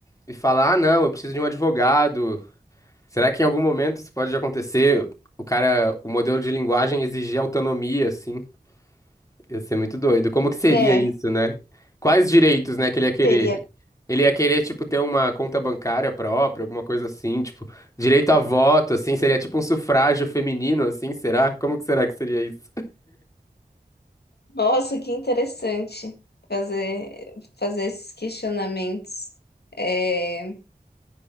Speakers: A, on the left (about 20°); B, on the left (about 85°).
A: E fala, ah, não, eu preciso de um advogado. Será que em algum momento isso pode acontecer? O cara, o modelo de linguagem exigir autonomia, assim. Ia ser muito doido. Como que seria
B: É,
A: isso, né? Quais direitos, né, que ele ia querer?
B: teria.
A: Ele ia querer, tipo, ter uma conta bancária própria, alguma coisa assim, tipo, direito a voto, assim, seria tipo um sufrágio feminino, assim, será? Como que será que seria isso?
B: Nossa, que interessante fazer, fazer esses questionamentos. É,